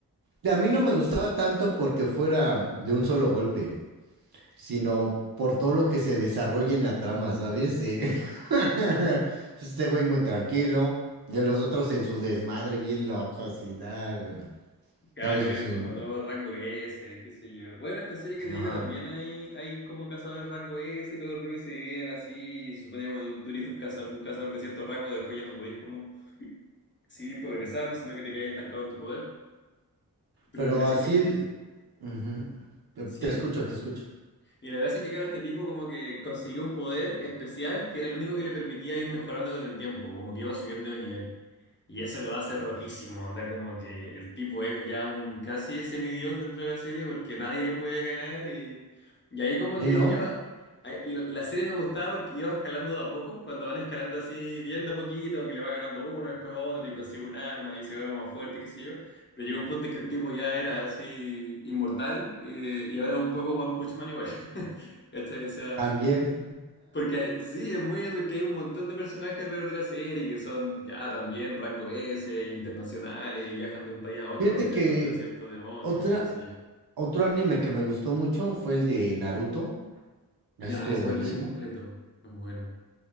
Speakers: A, on the right; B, on the left.
A: Y a mí no me gustaba tanto porque fuera de un solo golpe. sino por todo lo que se desarrolla en la trama, ¿sabes? De- <laughs> Este güey muy tranquilo, de los otros en su desmadre bien locos y da, bueno,
B: Claro,
A: todo eso
B: que eran
A: sí.
B: como todos rango S, qué sé yo. Bueno, esta serie que te digo
A: Ajá.
B: también hay, hay como cazadores rango S y todo el ruido se dividen así. Y se supone que cuando tú tú eres un caza- un cazador de cierto rango, después ya no podés como seguir progresando, sino que te quedás estancado en tu poder. Pero
A: Pero
B: la gracia
A: así,
B: es que este.
A: l- ujú, Te,
B: ¿Sí?
A: te escucho, te escucho.
B: Y la gracia es que, claro, este tipo como que consiguió un poder especial que era el único que le permitía ir mejorando con el tiempo, como que iba subiendo de nivel. Y eso lo hace rotísimo, onda, como que el tipo es ya un casi semidios dentro de la serie porque nadie le puede ganar. Y, y ahí como
A: ¿Eh,
B: que
A: no?
B: yo, a- la la serie me gustaba porque iba escalando de a poco, cuando van escalando así bien de a poquito, que le va ganando uno, después otro y consigue un arma y se vuelve más fuerte, qué sé yo. Pero llegó un punto en que el tipo ya era así inmortal eh, y ahora es un poco One Punch Man igual. <laughs> ¿Cachai? O sea,
A: También.
B: porque hay- sí, es muy que hay un montón de personajes alrededor de la serie que son ya también rango S, internacionales y viajan de un país
A: <laughs>
B: a otro
A: Fíjate
B: para pelear
A: que
B: contra ciertos demonios
A: otra,
B: y qué sé yo.
A: otro anime que me gustó mucho fue el de Naruto. Estuvo
B: Ya, ese
A: buenísimo.
B: igual lo vi completo. Es bueno.